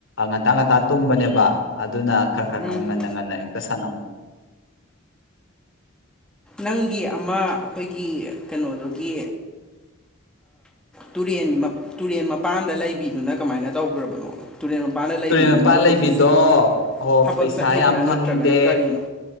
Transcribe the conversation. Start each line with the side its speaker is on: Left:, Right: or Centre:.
Left: ꯉꯟꯇ ꯉꯟꯇꯥ ꯇꯨꯝꯕꯅꯦꯕ ꯑꯗꯨꯅ ꯈꯔ ꯈꯔ
Centre: ꯎꯝ
Left: ꯉꯟꯅ ꯉꯟꯅ ꯍꯦꯛꯇ ꯁꯥꯟꯅꯧ
Centre: ꯅꯪꯒꯤ ꯑꯃ ꯑꯩꯈꯣꯏꯒꯤ ꯀꯩꯅꯣꯗꯨꯒꯤ ꯇꯨꯔꯦꯟꯒꯤ ꯇꯨꯔꯦꯟ ꯃꯄꯥꯟꯗ ꯂꯩꯕꯤꯗꯨꯅ ꯀꯃꯥꯏꯅ ꯇꯧꯈ꯭ꯔꯕꯅꯣ ꯇꯨꯔꯦꯟ ꯃꯄꯥꯟꯗ ꯂꯩꯕꯤꯗꯨꯅꯕꯨ
Left: ꯇꯨꯔꯦꯜ ꯃꯄꯥꯟ ꯂꯩꯕꯤꯗꯣ
Centre: ꯍꯧꯖꯤꯛꯁꯤ
Left: ꯑꯣ
Centre: ꯊꯕꯛ ꯆꯠꯂꯤꯕ꯭ꯔꯥ
Left: ꯐꯪꯗꯦ
Centre: ꯅꯠꯇ꯭ꯔꯒꯅ ꯀꯔꯤꯅꯣ